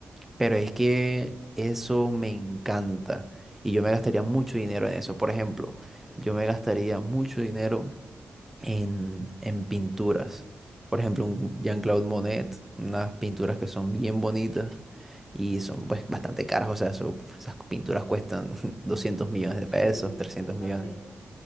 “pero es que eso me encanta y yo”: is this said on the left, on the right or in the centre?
Centre